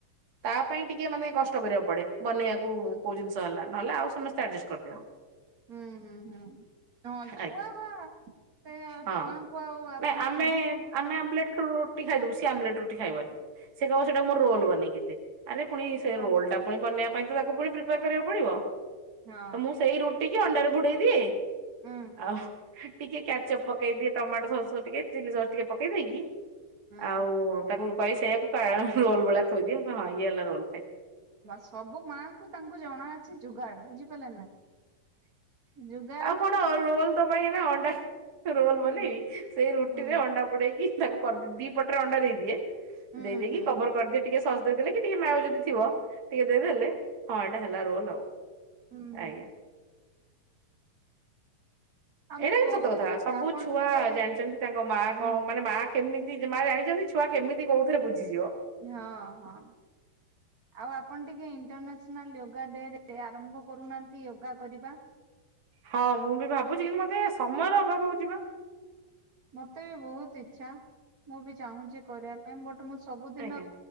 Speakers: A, on the right (about 35°); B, on the right (about 55°).
A: ତା ପାଇଁ ଟିକେ ମାନେ କଷ୍ଟ କରିବାକୁ ପଡେ। ବନେଇବାକୁ କୋଉ ଜିନିଷ ହେଲା ନହେଲେ ଆଉ ସମସ୍ତେ ଆଡଜଷ୍ଟ କରିଦିଅ।
B: ହୁଁ ହୁଁ ହୁଁ। ହଁ ଛୁଆ
A: ଆଜ୍ଞା।
B: ବା ସେ ଆଉ
A: ହଁ
B: ଛୁଆଙ୍କୁ ଆଉ ଆପଣ
A: ନାଇଁ ଆମେ ଆମେ ଆମଲେଟ ରୁଟି ଖାଇଦବୁ ସିଏ ଆମଲେଟ ରୁଟି ଖାଇବନି, ସେ କହିବ ସେଇଟା ମୋ ରୋଲ ବନେଇକି ଦେ। ଆରେ ପୁଣି ସେ ରୋଲ
B: ହଁ
A: ଟା ପୁଣି ବନେଇବା ପାଇଁ ତ ତାକୁ ପୁଣି ପ୍ରିପେୟାର କରିବାକୁ ପଡିବ,
B: ହଁ
A: ତ ମୁଁ ସେଇ ଟିକି ଅଣ୍ଡାରେ ବୁଡେଇ ଦିଏ
B: ହଁ ହୁଁ
A: ଆଉ ଟିକେ କ୍ୟାଚଅପ୍ ପକେଇଦିଏ, ଟମାଟୋ ସସ୍ ଟିକେ ଚିଲି ସସ୍ ଟିକେ ପକେଇ ଦେଇକି
B: ହୁଁ
A: ଆଉ ତାକୁ କହି ସେଇଆକୁ କ ରୋଲ ଭଳିଆ ଥୋଇଦିଏ ମୁ ହଁ ଇଏ ହେଲା ରୋଲ ଖାଇଦେ।
B: ମାସ ସବୁ ମାଙ୍କୁ ତାଙ୍କୁ ଜଣା ଅଛି ଯୁଗାଡ ବୁଝିପାରିଲେ ନା ଯୁଗାଡ
A: ଆଉ କଣ ରୋଲ ତୋ ପାଇଁ ଏଇନା ଅଣ୍ଡା ରୋଲ ବନେଇବି,
B: ହୁଁ
A: ସେଇ ରୁଟିରେ
B: ହୁଁ
A: ଅଣ୍ଡା ବୁଡେଇକି ତାକୁ କରିଦ ଦି ପଟରେ ଅଣ୍ଡା ଦେଇଦିଏ
B: ହୁଁ
A: ଦେଇ ଦେଇକି
B: ହୁଁ
A: କବର କରିଦି ଟିକେ ସସ୍ ଦେଇ ଦେଲେ କି ଟିକେ ମାୟୋ ଯଦି ଥିବ। ଟିକେ ଦେଇଦେଲେ ହଁ ଏଟା ହେଲା ରୋଲ ଆଉ
B: ହୁଁ ହୁଁ।
A: ଆଜ୍ଞା।
B: ଆଉ
A: ଏଇଟା
B: ମୁଁ
A: କିନ୍ତୁ
B: କହୁଥିଲି
A: ସତ କଥା ସବୁ
B: ଆପଣ
A: ଛୁଆ
B: ଟିକେ
A: ଜାଣିଛନ୍ତି ତାଙ୍କ ମା
B: ହୁଁ
A: କଣ ମାନେ ମା କେମି ମା ଜାଣିଛନ୍ତି ଛୁଆ କେମିତି କୋଉଥିରେ ବୁଝି
B: ହଁ ହଁ। ଆଉ ଆପଣ ଟିକେ ଇଣ୍ଟରନ୍ୟାସନାଲ ୟୋଗା ଡେ ରେ ଆରମ୍ଭ କରୁନାହାନ୍ତି ୟୋଗା କରିବା।
A: ହଁ ମୁଁ ବି ଭାବୁଛି କିନ୍ତୁ ମତେ ସମୟର ଅଭାବ ହଉଛି ବା।
B: ମତେ ବି ବହୁତ ଇଛା ମୁଁ ବି ଚାହୁଁଛି କରିବା ପାଇଁ ବଟ ମୁଁ ସବୁଦିନ
A: ଆଜ୍ଞା